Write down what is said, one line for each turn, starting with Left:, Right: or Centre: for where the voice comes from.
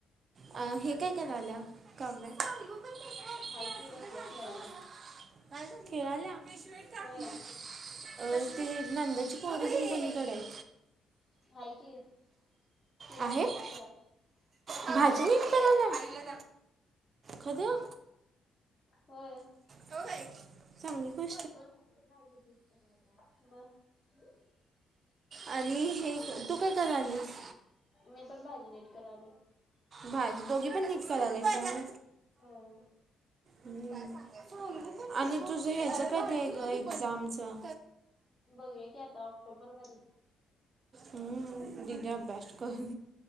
Left: मग
Right: अ हे काय करायल्या काव्या <unintelligible>
Left: हाय की बसल्या खेळाल्या
Right: खेळाल्या पिशवित टाक
Left: होय
Right: ते अ ति नंदची पोरगी मम्मीकड हाय
Left: हाय कि ती
Right: आहेत
Left: भाजी निट
Right: भाजी निट कराल्या खरं.
Left: व्हयं.
Right: चोर हायत. चांगली क
Left: <inaudible>
Right: आणि हे तू काय करालीस.
Left: मी पण भाजी नीट करालोय.
Right: भाजी दोघी पण निट करायल्यास होय.
Left: होय
Right: हम. आणि तुझं हेच कधी ये गं. जा आमचं.
Left: बघूया की आता ऑक्टोबर मध्ये
Right: हम... दीदी अभ्यास करू